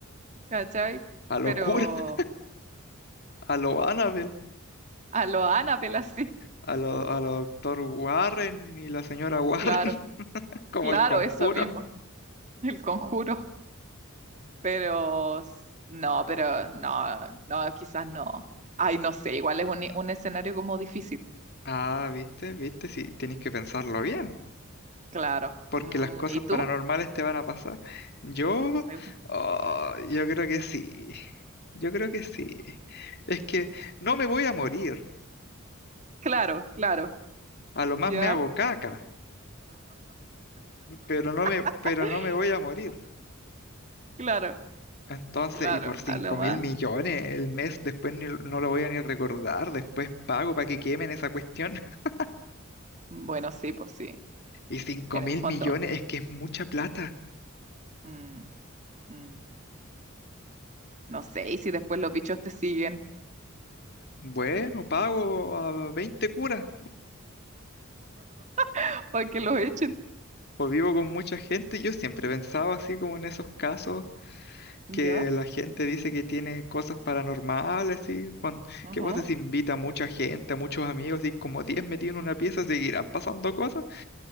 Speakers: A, on the right; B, on the left.
A: ¿cachai?
B: A lo
A: Pero...
B: cura, <laughs> a lo Annabelle,
A: A lo Annabelle así,
B: a lo a lo doctor Warren y la señora Warren,
A: claro,
B: <laughs> como
A: claro,
B: el conjuro.
A: eso mismo, el conjuro, pero s- no, pero no, no, quizás no. Ay, no sé, igual es un, i- un escenario como difícil,
B: Ah, viste, viste, si tenéis que pensarlo bien.
A: claro.
B: porque
A: Mm,
B: las cosas
A: ¿y tú?
B: paranormales te van a pasar. Yo,
A: Sí, po.
B: oh, yo creo que sí. Yo creo que sí. Es que no me voy a morir.
A: Claro, claro,
B: A lo más
A: ¿ya?
B: me hago caca, pero no me,
A: <laughs>
B: pero no me voy a morir.
A: Claro,
B: Entonces,
A: claro,
B: y por cinco
A: a lo
B: mil
A: más.
B: millones el mes, después ni- no lo voy a ni recordar, después pago para que quemen esa cuestión. <laughs>
A: Bueno, sí, pues sí,
B: Y cinco
A: en
B: mil
A: el fondo,
B: millones es que es mucha plata.
A: mm, mm, no sé, y si después los bichos te siguen,
B: Bueno, pago a 20 curas,
A: <gasps> <laughs> para que los echen,
B: o vivo con mucha gente. Yo siempre pensaba así como en esos casos que
A: ¿ya?
B: la gente dice que tiene cosas paranormales, y
A: Ajá.
B: que vos decís, invita a mucha gente, a muchos amigos, y como 10 metidos en una pieza, seguirán pasando cosas,